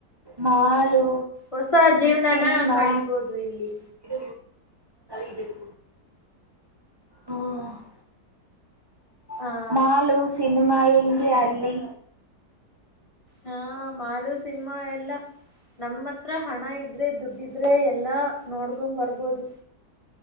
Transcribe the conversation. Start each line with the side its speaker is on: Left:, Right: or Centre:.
Right: ಮಾಲು
Left: ಹೊಸ ಜೀವನನ
Right: ಸಿನಿಮಾ
Left: ಕಳಿಬೋದು ಇಲ್ಲಿ
Right: ಇತ ಇದಕ್ಕೆ ಹ್ಮ <inaudible>
Left: ಆ
Right: ಮಾಲು ಸಿನಿಮ ಎಂಂಗಗೆ ಅಲ್ಲಿ
Left: ಹಾ ಮಾಲು ಸಿನ್ಮಾ ಎಲ್ಲಾ ನಮ್ಮ ಹತ್ರ ಹಣ ಇದ್ರೆ ದುಡ್ಡಿದ್ರೆ ಎಲ್ಲಾ ನೋಡ್ಕೊಂಡ್ ಬರ್ಬೋದು